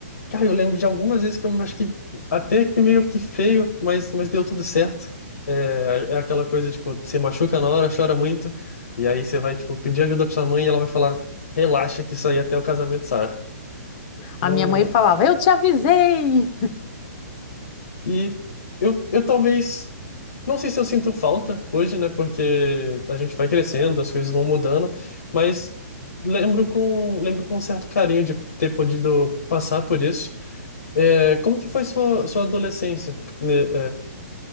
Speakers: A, on the left; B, on the left.
A: Cara, eu lembro de algumas vezes que eu acho que até que meio que feio, mas, mas deu tudo certo. É, é aquela coisa, tipo, você machuca na hora, chora muito, e aí você vai, tipo, pedir ajuda pra sua mãe e ela vai falar, relaxa que isso aí até o casamento sai.
B: A
A: Não...
B: minha mãe falava: Eu te avisei!
A: E eu, eu talvez. Não sei se eu sinto falta hoje, né? Porque a gente vai crescendo, as coisas vão mudando, mas lembro com, lembro com um certo carinho de ter podido passar por isso. É, como que foi sua, sua adolescência, né, é,